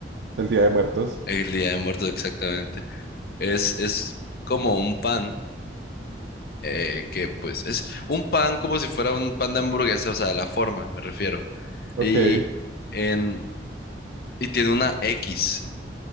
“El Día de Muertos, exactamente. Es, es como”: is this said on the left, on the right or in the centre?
Left